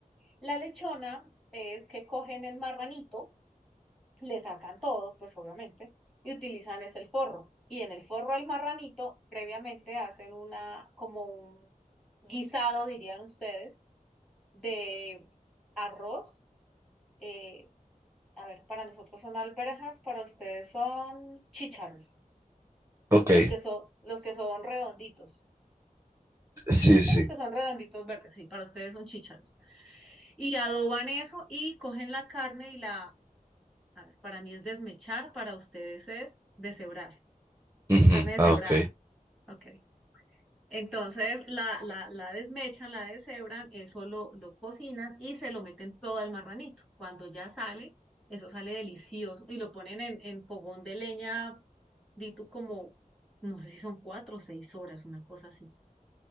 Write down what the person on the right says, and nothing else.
Ok,
sí,
sí.
Ujú,
Ah, ok.